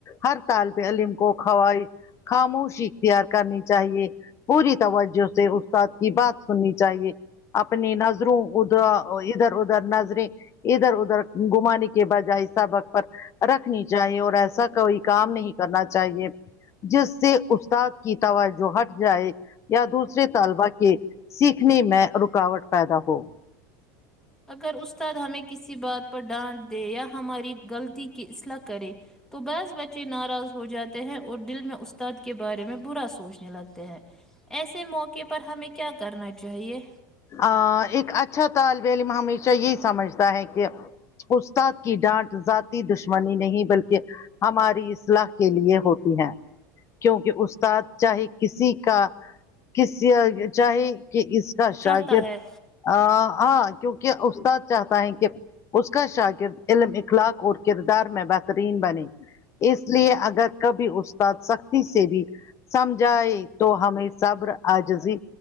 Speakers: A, on the left; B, in the centre.
A: ہر طال پہ علیم کو خوائیش خاموشی اختیار کرنی چاہیے پوری توجہ سے استاد کی بات سنی چاہیے اپنی نظروں ادھر ادھر ادھر نظریں ادھر ادھر گھمانے کے بجائے سبق پر رکھنی چاہیے اور ایسا کوئی کام نہیں کرنا چاہیے جس سے استاد کی توجہ ہٹ جائے یا دوسرے طلبہ کے سیکھنی میں رکاوٹ پیدا ہو
B: اگر استاد ہمیں کسی بات پر ڈانٹ دے یا ہماری غلطی کی اصلاح کرے تو بعض بچے ناراض ہو جاتے ہیں اور دل میں استاد کے بارے میں برا سوچنے لگتے ہیں ایسے موقعے پر ہمیں کیا کرنا چاہیے
A: ا ایک اچھا طالب علم ہمیشہ یہی سمجھتا ہے کہ استاد کی ڈانٹ ذاتی دشمنی نہیں بلکہ ہماری اصلاح کے لیے ہوتی ہے کیونکہ استاد چاہے کسی کا کسی چاہے کہ اس اچھا شاگرد
B: چاہتا ہے
A: ا س کیونکہ استاد چاہتا ہے کہ اس کا شاگررد علم اخلاق اور کردار میں بہترین بنے اس لیے اگر کبھی استاد سختی سے بھی سمجھائے تو ہمیں صبر عاجزی